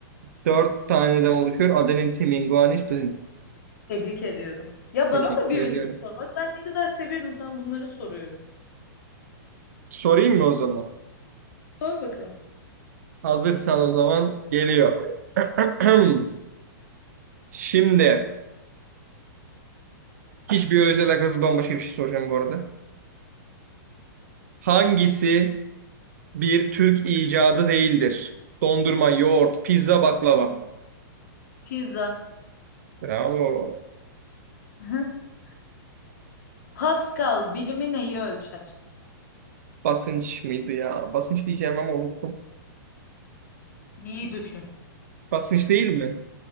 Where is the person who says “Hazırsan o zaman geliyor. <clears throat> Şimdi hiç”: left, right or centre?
Right